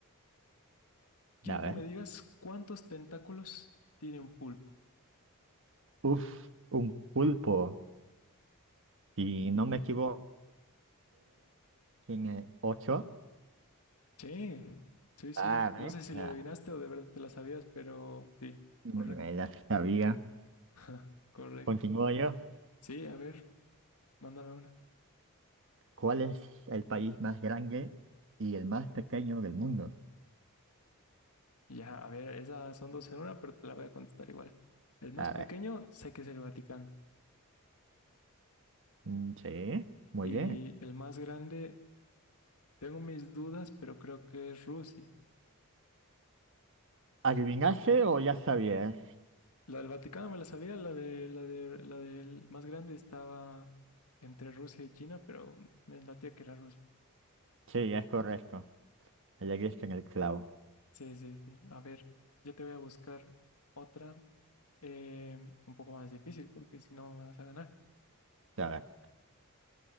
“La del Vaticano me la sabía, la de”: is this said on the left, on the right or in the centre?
Left